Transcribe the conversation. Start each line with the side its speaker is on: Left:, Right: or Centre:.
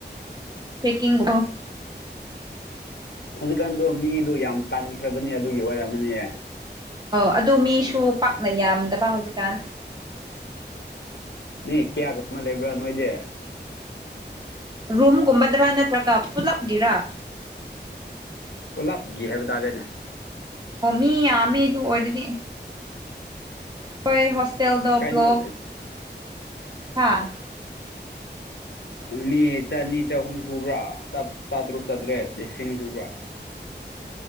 Right: ꯄꯦꯛꯀꯤꯡꯇꯣ
Left: ꯍꯧꯖꯤꯛꯀꯥꯟꯗꯣ ꯃꯤꯗꯣ ꯌꯥꯝ ꯇꯟꯈ꯭ꯔꯕꯅꯤ ꯑꯗꯨꯒꯤ ꯑꯣꯏꯔꯝꯃꯅꯦ
Right: ꯑꯧ ꯑꯗꯨ ꯃꯤꯁꯨ ꯄꯥꯛꯅ ꯌꯥꯝꯗꯕ ꯍꯧꯖꯤꯛꯀꯥꯟ
Left: ꯃꯤ ꯀꯌꯥꯒ ꯑꯃ ꯂꯩꯕ꯭ꯔꯥ ꯅꯣꯏꯗꯤ
Right: ꯔꯨꯝꯒꯨꯝꯕꯗ꯭ꯔꯥ ꯅꯠꯇ꯭ꯔꯒ ꯄꯨꯂꯞꯒꯤꯔꯥ
Left: ꯄꯨꯜꯂꯞ ꯒꯤ ꯍꯥꯏꯕ ꯇꯥꯗꯦꯅꯦ
Right: ꯑꯣ ꯃꯤ ꯌꯥꯝꯃꯦ ꯑꯗꯨ ꯑꯣꯏꯔꯗꯤ ꯍꯣꯏ ꯍꯣꯁꯇꯦꯜꯗꯣ
Left: ꯀꯩꯅꯣ
Right: ꯕ꯭ꯂꯣꯛ ꯍꯥꯥ
Left: ꯃꯤ ꯆꯥꯅꯤ ꯆꯍꯨꯝ ꯁꯨꯕ꯭ꯔꯥ ꯆꯥ ꯆꯥꯇ꯭ꯔꯨꯛ ꯆꯥꯇ꯭ꯔꯦꯠ ꯂꯤꯁꯤꯡ ꯁꯨꯕ꯭ꯔꯥ